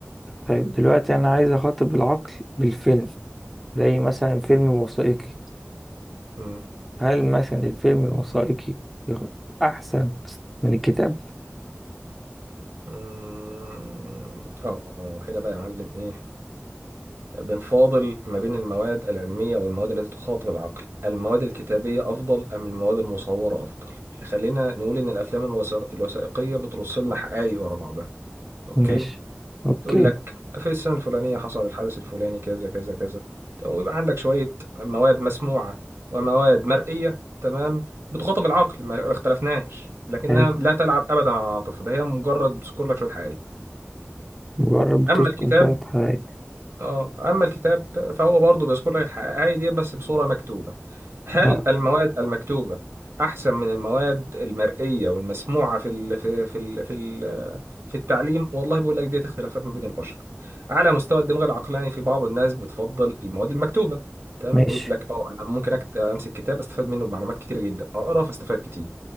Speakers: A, in the centre; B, on the right.
A: طيب دلوقتي أنا عايز أخاطب العقل بالفيلم زي مثلا فيلم وثائقي
B: مم.
A: هل مثلا الفيلم الوثائقي يخ- أحسن من الكتاب؟
B: مم. اه آه، هنا بقى يا معلم ايه بنفاضل ما بين المواد العلمية والمواد التي تخاطب العقل المواد الكتابية أفضل أم المواد المصورة أفضل خلينا نقول إن الأفلام الوثائق- الوثائقية بترص لنا حقائق ورا بعضها أوكي
A: ماشي أوكي
B: تقول لك في السنة الفلانية حصل الحدث الفلاني كذا كذا كذا تمام ويبقى عندك شوية مواد مسموعة ومواد مرئية تمام بتخاطب العقل ما ما اختلفناش لكنها
A: حلو
B: لا تلعب أبدا على العاطفة ده هي مجرد بتذكر لك شوية حقائق
A: جرب تسكن
B: أما الكتاب
A: شوية حقائق
B: اه أما الكتاب فهو برضه بيذكر لك الحقائق دي بس بصورة مكتوبة هل
A: اه
B: المواد المكتوبة أحسن من المواد المرئية والمسموعة في ال في ال في ال في التعليم والله بقول لك ديت اختلافات ما بين البشر على مستوى الدماغ العقلاني في بعض الناس بتفضل المواد المكتوبه تمام
A: ماشي
B: يقول لك اه انا ممكن أكت... امسك كتاب استفاد منه بمعلومات كتيره جدا اقرا فاستفاد كتير